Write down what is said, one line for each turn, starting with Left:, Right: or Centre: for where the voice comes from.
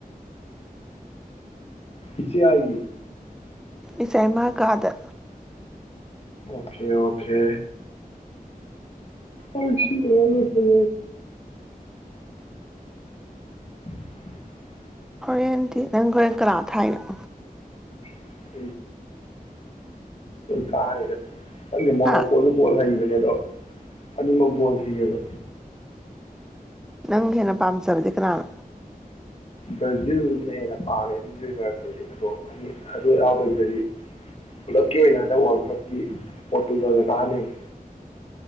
Left: ꯏꯆꯦꯌꯥꯏꯒꯤ
Centre: ꯏꯆꯥꯏꯃꯥ ꯀꯥꯗ
Left: ꯑꯣꯀꯦ ꯑꯣꯀꯦ ꯑꯣꯀꯦ ꯑꯣꯀꯦ <unintelligible>
Centre: ꯔꯦꯟ ꯅꯪ ꯍꯣꯔꯦꯟ ꯀꯅꯥ ꯊꯥꯏꯅꯣ
Left: <unintelligible> ꯀꯥꯅꯤꯗ ꯈꯪꯗꯦ ꯃꯣꯔꯣꯀꯣꯁꯨ
Centre: ꯍꯥ
Left: ꯕꯣꯜ ꯍꯩꯕꯅꯦ ꯑꯗꯣ ꯑꯅꯤꯃꯛ ꯕꯣꯜ ꯍꯩꯌꯦꯕ
Centre: ꯅꯪ ꯍꯦꯟꯅ ꯄꯥꯝꯖꯕꯗꯤ ꯀꯅꯥꯅꯣ
Left: ꯕ꯭ꯔꯥꯖꯤꯜꯅ ꯍꯦꯟꯅ ꯄꯥꯝꯃꯦ ꯑꯅꯤꯗꯨꯒꯤ ꯃꯔꯛꯇꯗꯤ ꯑꯗꯣ ꯑꯅꯤ ꯑꯗꯨ ꯌꯥꯎꯗꯕꯤꯗ ꯄꯨꯂꯞꯀꯤ ꯑꯣꯏꯅ ꯍꯟꯗꯛ ꯋꯥꯔꯜ ꯀꯞꯀꯤ ꯄꯣꯔꯇꯨꯒꯜꯅ ꯀꯥꯍꯟꯅꯤꯡꯏ